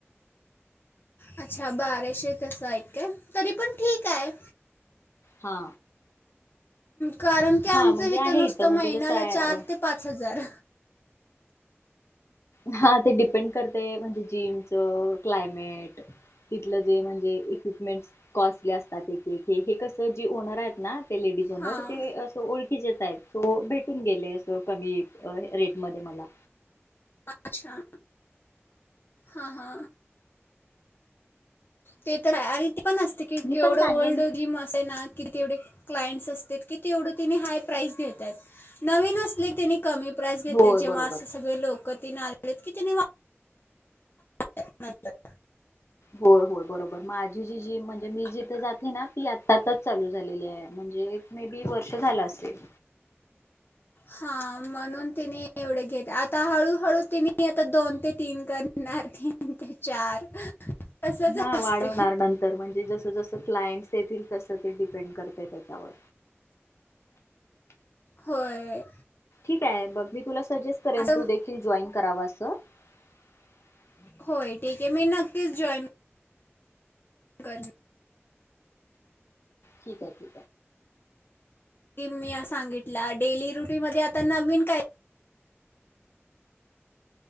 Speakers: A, on the left (about 50°); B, on the left (about 70°).
A: अच्छा बाराशे तसं आहेत काय? तरी पण ठीक हाय.
B: हा.
A: कारण की आमचं
B: हा म्हणजे
A: हित
B: आहे
A: नुसतं
B: इथं म्हणजे
A: महिन्याला
B: कसं आहे
A: चार
B: अ,
A: ते पाच हजार
B: हा ते डिपेंड करतय म्हणजे जिमचं क्लायमेट, तिथलं जे म्हणजे इक्युपमेंटस कॉस्टली असतात एक-एक. हे कसं जी ओनर आहेत ना? ते लेडीज ओनर
A: हां
B: ते असं ओळख <inaudible> तो भेटून गेले अस कमी रेट मध्ये मला
A: अच्छा हा हा ते तर आहे आरे ती पण असते की
B: मी
A: केवढं
B: पण सांगेन
A: ओल्ड जिम असे ना कि तेवढे क्लाइंटस् असतेत की तेवढ तेनी हाय प्राईज घेतात नवीन असले तेनी कमी प्राईज घेतात
B: होय
A: जेव्हा
B: बरोबर
A: असे सगळे लोक <unintelligible> <inaudible> नंतर
B: होय होय बरोबर माझी जी जिम म्हणजे मी जिथे जाते ना ती आता आताच चालू झालेली आहे म्हणजे मे बी वर्ष झालं असेल
A: हा म्हणून तिने एवढे घेत आता हळूहळू तिने आता दोन ते तीन करणार तीन ते चार असंच
B: हा
A: असते
B: वाढवणार नंतर म्हणजे जस जस क्लायंट्स येतील तस ते डिपेंड करत त्याच्यावर
A: होय
B: ठीक ये <unintelligible> तुला सजेस्ट करेन
A: असं
B: तू देखील जॉईन करावास <inaudible>
A: होय ठीक आहे मी नक्कीच जॉईन करेन
B: ठीक आहे
A: मी सांगितला डेली रुटीन मध्ये आता नवीन काय?